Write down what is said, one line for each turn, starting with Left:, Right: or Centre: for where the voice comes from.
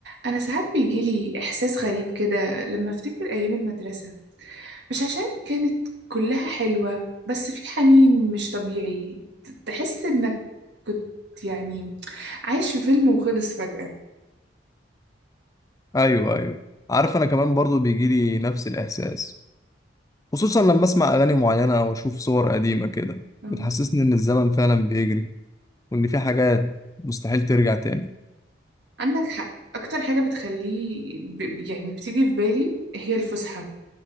Right: أنا ساعات بيجيلي إحساس غريب كده لما أفتكر أيام المدرسة مش عشان كانت كلها حلوة بس في حنين مش طبيعي ت- تحس إنك كنت يعني عايش في فيلم وخلص فجأة
Left: ايوه ايوه عارف انا كمان برضو بيجي لي نفس الاحساس خصوصا لما اسمع اغاني معينه او اشوف صور قديمه كده
Right: أه.
Left: بتحسسني ان الزمن فعلا بيجري وان في حاجات مستحيل ترجع تاني
Right: عندك حق أكتر حاجة بتخليه ب... يعني بتيجي في بالي هي الفسحة